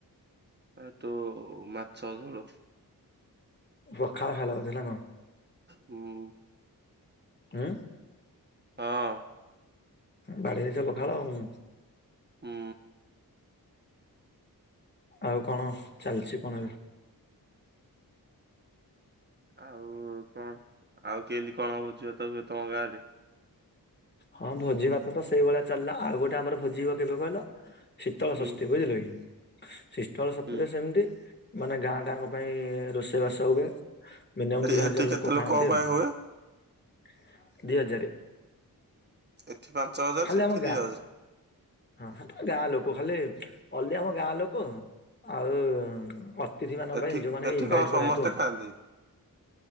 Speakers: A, on the right; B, on the left.
A: ଆଉ ତୋ ମାଛ ଝୋଳ।
B: ପଖାଳ ଖାଇଲ ବୋଧେ ନା କଣ?
A: ଉଁ
B: ଉଁ
A: ହଁ
B: ବାଡିରେ ତ ପଖାଳ ଉଁ
A: ଉଁ
B: ଆଉ କଣ ଚାଲିଚି କଣ ଏବେ?
A: ଆଉ କଣ ଆଉ କେମିତି କଣ ହବ ଝୁଅ ତ ହୁଏ ତମ ଗାଁ ରେ?
B: ହଁ ଭୋଜି ଭାତ ତ ସେଇଭଳିଆ ଚାଲିଲା ଆଉ ଗୋଟେ ଆମର ଭୋଜି କେବେ କହିଲ? ଶୀତଳ
A: ହୁଁ
B: ଷଷ୍ଠୀ ବୁଝିଲେ କି? ଶିଷ୍ଟଳ ସତରେ
A: ହୁଁ
B: ସେମିତି ମାନେ ଗାଁ ଟାଙ୍କ ପାଇଁ ରୋଷେଇ ବାସ ହୁଏ। ମିନିଅମ୍ ଦି
A: ସେଠି
B: ହଜାର ଲୋକ
A: କେତେ
B: ଖାଆନ୍ତି
A: ଲୋକଙ୍କ ପାଇଁ
B: ଆଉ
A: ହୁଏ?
B: ଦି ହଜାରେ।
A: ଏଠି ପାଞ୍ଚ ହଜାରେ
B: ଖାଲି
A: ସେଠି
B: ଆମ
A: ଦି
B: ଗାଁ
A: ହଜାରେ।
B: ହଁ ଗାଁ ଲୋକ ଖାଲି ଅଲି ଆମ ଗାଁ ଲୋକ ଆଉ ଅ ତିଥି ମାନ
A: ଏଠି
B: ଙ୍କ ପାଇଁ ଯଉମାନେ
A: ଏଠି
B: ଇନଭାଇଟ୍
A: କଣ ସମସ୍ତେ
B: କରାଇଥିବ।
A: ଖାଆନ୍ତି